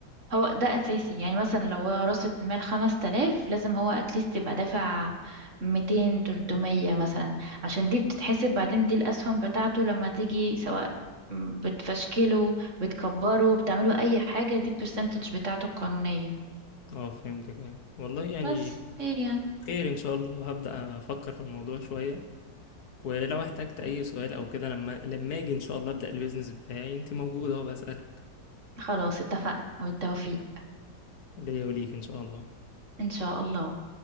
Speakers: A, on the right; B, on the left.
A: هو ده اساسي يعني مثلا لو هو راس المال خمس تلاف لازم هو اتليست يبقى دافع ميتين تلتمية مثلا عشان دي بتتحسب بعدين دي الاسهم بتاعته لما تيجي سواء بتفشكله بتكبره بتعمله اي حاجة دي البرسنتج بتاعته القانونية
B: اه فهمتك أيوة والله يعني
A: بس خير يعني
B: خير إن شاء الله هبدأ أفكر في الموضوع شوية ولو احتجت اي سؤال او كده لما لما اجي ان شاء الله ابدا البيزنس بتاعي انت موجوده اهو بسالك
A: خلاص اتفقنا وبالتوفيق
B: ليا وليك ان شاء الله
A: ان شاء الله